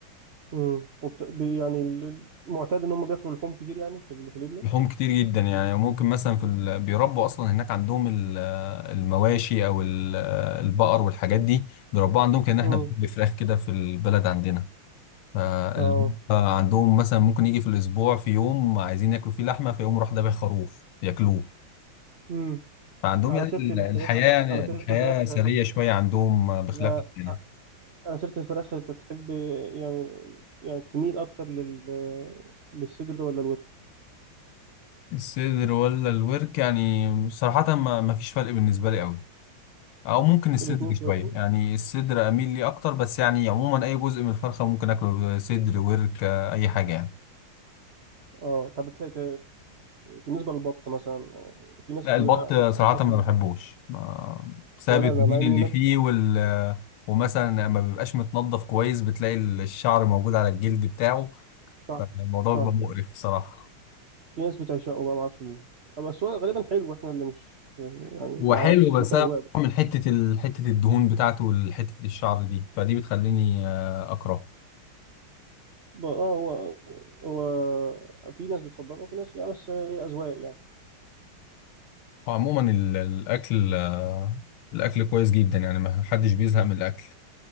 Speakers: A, on the right; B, on the left.
A: امم وبت... بي- يعني ال- المعتاد ان هم بياكلوا لحوم كتير يعني في ال- في ليبيا
B: لحوم كتير جدا يعني ممكن مثلا في ال... بيربوا أصلا هناك عندهم ال- المواشي أو ال- البقر والحاجات دي بيربوها عندهم كأن احنا
A: امم
B: بنربي فراخ كده في البلد عندنا فال-
A: اه
B: عندهم مثلا ممكن يجي في الأسبوع في يوم عايزين ياكلوا فيه لحمة فيقوم راح ذابح خروف ياكلوه
A: امم
B: فعندهم
A: على
B: يعني
A: سيره
B: ال-
A: الفراخ
B: الحياة يعني
A: على سيره
B: الحياة
A: الفراخ
B: سرية شوية عندهم بخلاف
A: آه،
B: عندنا
A: على سيرة الفراخ أنت تحب يعني يعني تميل أكتر لل... للصدر ولا الورك؟
B: الصدر ولا الورك يعني صراحة ما ما فيش فرق بالنسبة لي قوي او ممكن الصدر
A: الاتنين كويسين؟
B: شوية يعني الصدر اميل لي اكتر بس يعني عموما اي جزء من الفرخة ممكن اكله صدر ورك اي حاجة يعني
A: أه طب بتح- ت... بالنسبة للبط مثلا في ناس
B: لا البط صراحة
A: مثلا
B: ما بحبوش ما بسبب
A: ولا
B: الدهون
A: أنا مع إن
B: اللي
A: الناس
B: فيه وال ومثلا ما بيبقاش متنضف كويس بتلاقي الشعر موجود على الجلد بتاعه
A: صح
B: فالموضوع
A: صح
B: بيبقى مقرف صراحة
A: في ناس بتعشقه بقى معرفش ليه آه، بس هو غالبا حلو إحنا اللي مش يعني معرفش
B: هو حلو بس
A: ممكن
B: أنا
A: أذواق بقى
B: من حتة ال... حتة الدهون بتاعته وحتة الشعر دي فدي بتخليني آه، اكرهه
A: ب- أه هو هو في ناس بتفضله وفي ناس يعني بس هي أذواق يعني
B: وعموما ال- الاكل آه، الاكل كويس جدا يعني ما حدش بيزهق من الاكل